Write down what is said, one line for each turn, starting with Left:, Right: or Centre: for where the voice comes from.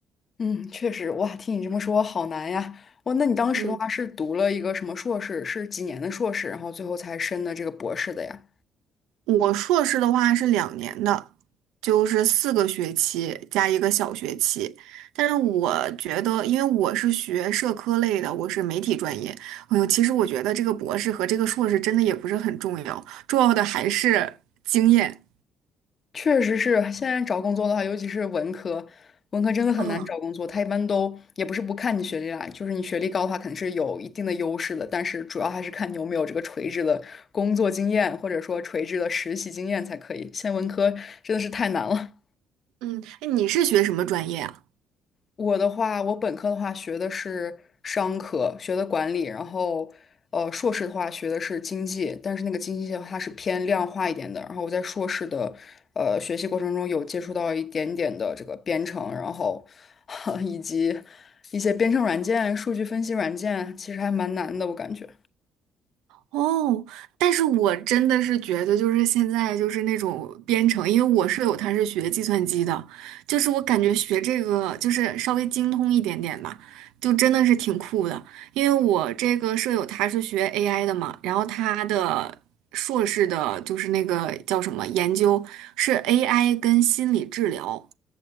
Left: 嗯，确实，哇，听你这么说，好难呀。哇，那你当时的话是读了一个什么硕士？
Right: 嗯。
Left: 是几年的硕士，然后最后才申的这个博士的呀？
Right: 我硕士的话是两年的，就是四个学期加一个小学期。但是我觉得，因为我是学社科类的，我是媒体专业。哎呦，其实我觉得这个博士和这个硕士真的也不是很重要，重要的还是经验。
Left: 确实是，现在找工作的话，尤其是文科，文科真的很难找工作。
Right: 嗯。
Left: 他一般都也不是不看你学历啦，就是你学历高的话，肯定是有一定的优势的，但是主要还是看你有没有这个垂直的工作经验，或者说垂直的实习经验才可以。现在文科真的是太难了。
Right: 嗯，哎，你是学什么专业啊？
Left: 我的话，我本科的话学的是商科，学的管理，然后呃硕士的话学的是经济，但是那个经济的话它是偏量化一点的。然后我在硕士的呃学习过程中有接触到一点点的这个编程，然后 <laughs> 以及一些编程软件、数据分析软件，其实还蛮难的，我感觉。
Right: 哦，但是我真的是觉得，就是现在就是那种编程，因为我舍友他是学计算机的，就是我感觉学这个就是稍微精通一点点吧，就真的是挺酷的。因为我这个舍友他是学 AI 的嘛，然后他的硕士的就是那个叫什么研究是 AI 跟心理治疗，